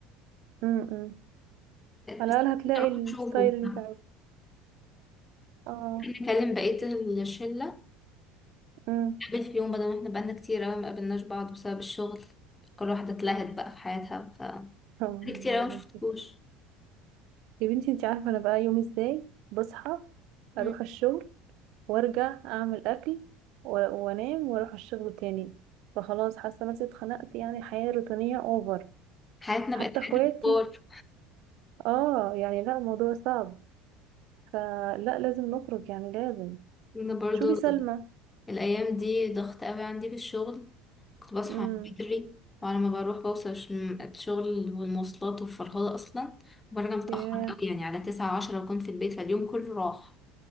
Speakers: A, on the right; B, on the left.
A: امم على
B: بس
A: الأقل هتلاقي
B: نروح
A: الستايل
B: نشوفه ممكن
A: اللي انت عايزه اه
B: نكلم بقيه الشله
A: امم
B: نقابل في يوم بدل ما احنا بقالنا كتير اوي ما قابلناش بعض بسبب الشغل كل واحدة اتلهت بقى في حياتها
A: <laughs>
B: بقالي كتير أوي مشفتكوش
A: يا بنتي انت عارفة انا بقى يومي ازاي بصحى
B: مم.
A: اروح الشغل وارجع اعمل اكل و- وانام واروح الشغل تاني فخلاص حاسة نفسي اتخنقت يعني حياة روتينية اوفر
B: حياتنا
A: حتى
B: بقت حياة
A: اخواتي
B: كبار
A: اه يعني لا الموضوع صعب فلا لازم نخرج يعني لازم
B: أنا برضو
A: شوفي سلمى
B: الأيام دي ضغط أوي عندي في الشغل كنت بصحى
A: امم
B: بدري وعلى ما بروح بوصل الش- الشغل والمواصلات والفرهدة أصلا وبرجع متأخر
A: ياه
B: أوي يعني على تسعة عشرة بكون في البيت فاليوم كله راح